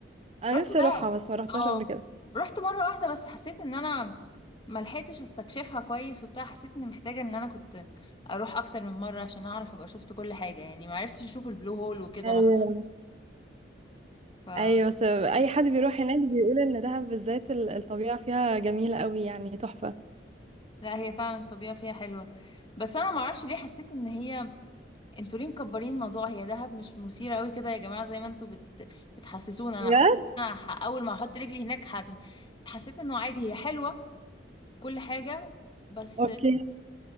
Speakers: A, on the right; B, on the left.
A: انا
B: رحت
A: نفسي
B: دهب
A: اروحها بس ما رحتهاش
B: اه
A: قبل كده
B: رحت مره واحده بس حسيت ان انا ما لحقتش استكشفها كويس وبتاع حسيت اني محتاجه ان انا كنت اروح اكتر من مره عشان اعرف ابقى شفت كل حاجه يعني ما عرفتش اشوف البلو هول وكده
A: ايوه
B: مثلا ف
A: ايوه بس اي حد بيروح هناك بيقول ان دهب بالذات ال- الطبيعه فيها جميله قوي يعني تحفه
B: لا هي فعلا الطبيعه فيها حلوه بس انا ما اعرفش ليه حسيت ان هي انتوا ليه مكبرين الموضوع هي دهب مش مثيره قوي كده يا جماعه زي ما انتوا بت... بتحسسونا
A: بجد
B: انا حسيت إن أنا ح- اول ما احط رجلي هناك ح... حسيت انه عادي هي حلوه وكل حاجه بس
A: اوكي